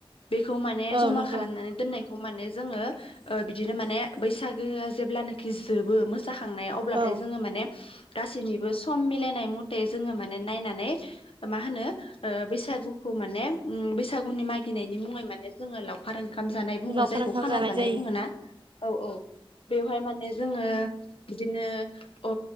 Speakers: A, on the left; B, on the right.
A: बेखौ माने
B: औ
A: जमा
B: नंगौ
A: खालामनानै दोननायखौ माने जोङो ओ बिदिनो माने बैसागोआ जेब्लि नाखि जोबो मोस खांनाय अब्लाथाय
B: औ
A: जोङो माने गासैनिबो सम मिलायनाय मथे जोङो माने नायनानै मा होनो ओ बैसागुखौ माने उम बैसागुनि मागिनायनि मुङै माने जोङो लावखार ओंखाम जानाय बुङो
B: लावखार
A: जायखौ
B: ओंखाम
A: खाना जानाय
B: जायो
A: बुङो ना औ औ बेवहाय माने जोङो बिदिनो अ